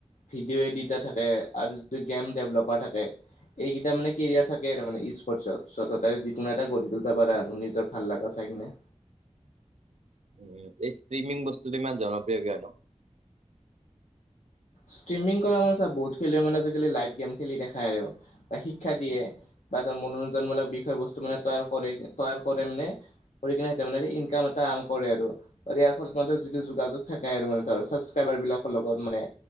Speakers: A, on the left (about 80°); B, on the right (about 65°).
A: ভিডিঅ' এডিটাৰ থাকে আৰু য গেম ডেভলপাৰ থাকে। এইকেইটা মানে কেৰিয়াৰ থাকে আৰু মানে ই স্পৰ্টচত। চত এটাই যিকোনো এটা গঢ়ি তুলিব পাৰে আৰু নিজৰ ভাল লগা চাই কিনে।
B: এই ষ্ট্ৰিমিং বস্তুটো ইমান জনপ্ৰিয় কিয়নো? <inaudible>
A: স্ত্ৰীমিং কৰা মানে চা। বহুত খেলুৱৈ মানে আজিকালি লাইভ গেম খেলি দেখায় আৰু বা শিক্ষা দিয়ে বা মনোৰঞ্জন মূলক বিষয় বস্তু মানে তৈয়াৰ কৰি তৈয়াৰ কৰে মানে কৰি কিনে তেম্পেৰেৰি ইনকাম এটা কৰে আৰু। ইয়াৰ ফলত মান যিটো যোগাযোগ থাকে আৰু মানে তাৰ ছাবচক্ৰাইবাৰ বিলাকৰ লগত। মানে